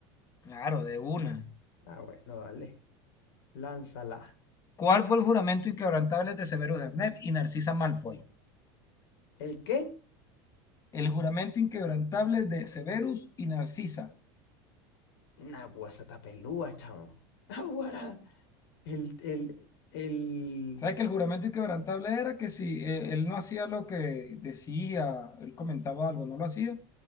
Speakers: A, on the left; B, on the left.
A: Claro, de una.
B: Ah, bueno, dale. Lánzala.
A: ¿Cuál fue el juramento inquebrantable de Severus Snape y Narcisa Malfoy?
B: ¿El qué?
A: El juramento inquebrantable de Severus y Narcisa.
B: Naguazatapelúa, chamo. <laughs> Naguará. El, el, el,
A: ¿Sabes que el juramento inquebrantable era que si eh, él no hacía lo que decía, él comentaba algo, no lo hacía,